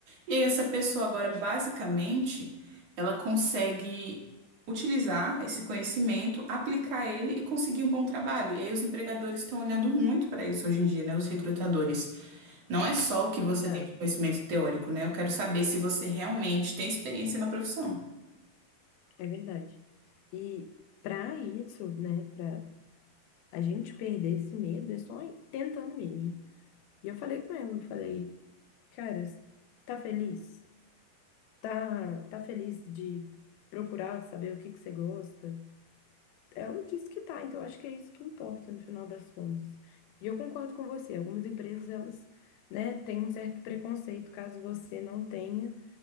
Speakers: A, on the right (about 50°); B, on the left (about 75°).
A: E aí essa pessoa agora, basicamente, ela consegue utilizar esse conhecimento, aplicar ele e conseguir um bom trabalho. E aí os empregadores estão olhando muito para isso hoje em dia, né? Os recrutadores. Não é só o que
B: É
A: você
B: verdade,
A: tem de conhecimento teórico, né? Eu quero saber se você realmente tem experiência na profissão.
B: é verdade. E para isso, né, para a gente perder esse medo, é só ir tentando mesmo. E eu falei com ela, eu falei, cara, tá feliz? Tá, tá feliz de procurar saber o que que você gosta? ela disse que tá, então acho que é isso que importa no final das contas. E eu concordo com você, algumas empresas elas, né, têm um certo preconceito caso você não tenha